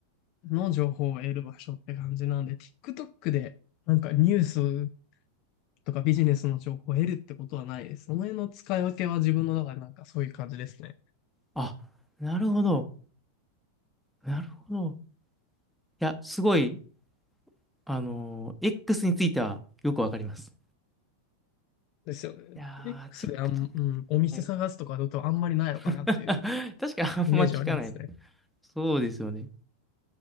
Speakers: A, on the left; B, in the centre.
A: の情報を得る場所って感じなんで、TikTok でなんかニュースとかビジネスの情報を得るってことはないです。その辺の使い分けは自分の中でなんかそういう感じですね。
B: あ、あなるほど。なるほど。いや、すごい、あのー X についてはよくわかります。
A: ですよね。
B: いやー、
A: X
B: TikTok。
A: であん、うん、お店探すとかだとあんまりないのかなっていう
B: はい <laughs> 確かあんま聞かない。
A: イメージはありますね。
B: そうですよね。